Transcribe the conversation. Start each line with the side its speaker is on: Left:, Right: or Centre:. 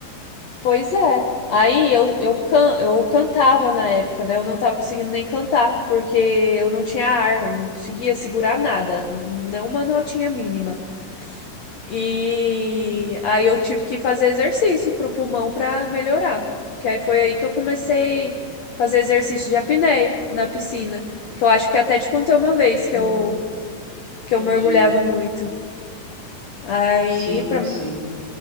Left: Pois é. Aí eu, eu, can... eu cantava na época, né? Eu não tava conseguindo nem cantar, porque eu não tinha arma, eu não conseguia segurar nada, nenhuma notinha mínima. E aí eu tive que fazer exercício pro pulmão pra melhorar. Que aí foi aí que eu comecei a fazer exercício de apneia na piscina, que eu acho que até te contei uma vez que
Right: Hum,
Left: eu, que
Right: entendi.
Left: eu mergulhava muito. Aí,
Right: Sim,
Left: pra
Right: sim.